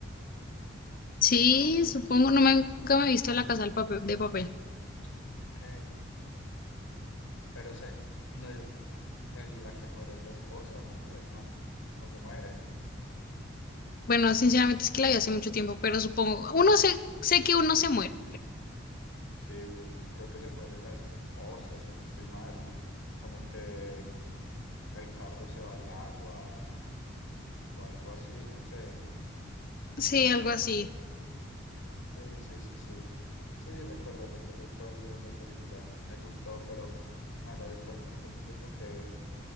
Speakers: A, on the left (about 45°); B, on the left (about 80°).
A: Sí, supongo, no me, nunca me he visto la casa del papel, de papel.
B: Ah, ok. Pero sé, no es, el- la que muere es la esposa, ¿no? El man no se muere.
A: Bueno, sinceramente es que la vi hace mucho tiempo, pero supongo, uno se, sé que uno se muere.
B: Sí, pues creo que se muere la esposa, si no estoy mal. Como que el carro se va al agua o algo así, no sé.
A: Sí, algo así.
B: Sí, sí, sí, sí. Sí, recuerdo, recuerdo cuál es la película. Me gustó, pero me la vi tanto hace tanto tiempo que,